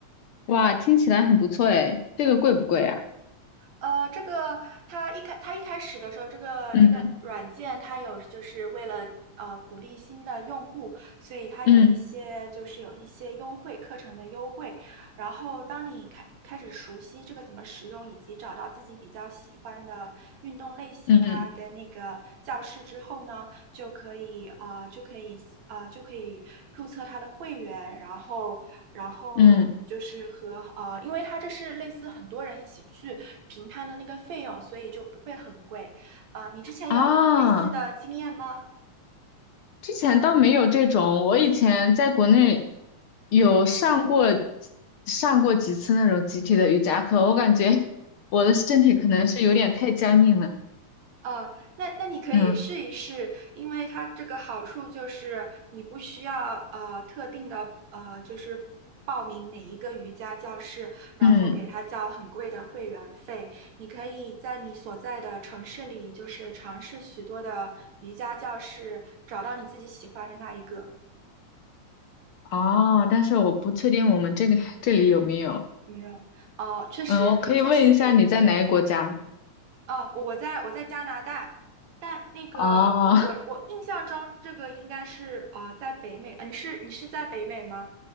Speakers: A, on the left; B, on the right.
A: 哇，听起来很不错诶，这个贵不贵啊？
B: 呃，这个它一开它一开始的时候，这个这个软件它有就是为了呃鼓励新的用户，
A: 嗯
B: 所以它有一些就是有一些优惠课程的优惠。
A: 嗯
B: 然后当你开开始熟悉这个怎么使用，以及找到自己比较喜欢的运动类型啊，
A: 嗯
B: 跟那个教室之后呢，就可以啊、呃就可以啊、呃就可以注册他的会员，然后然后就是和呃，
A: 嗯
B: 因为他这是类似很多人一起去平摊的那个费用，所以就不会很贵。啊、你之前有类似的经验吗？
A: 啊，之前倒没有这种，我以前在国内有上过
B: 嗯。
A: 上过几次那种集体的瑜伽课，我感觉 <laughs> 我的身体可能是有点太僵硬了。
B: 嗯呃，那那你可以试一试，
A: 嗯
B: 因为它这个好处就是你不需要呃特定的呃就是报名哪一个瑜伽教室，然后给他交很贵的会员费。
A: 嗯。
B: 你可以在你所在的城市里，就是尝试许多的瑜伽教室，找到你自己喜欢的那一个。
A: 哦，但是我不确定我们这个这里有没有。
B: 没有，哦，确实确实可以，
A: 嗯，我可以问一下你在哪个国家吗
B: 哦，我在我在加拿大，但那个我我我印象中这个应该是呃在北美啊，
A: 哦，
B: 你是你是在北美吗？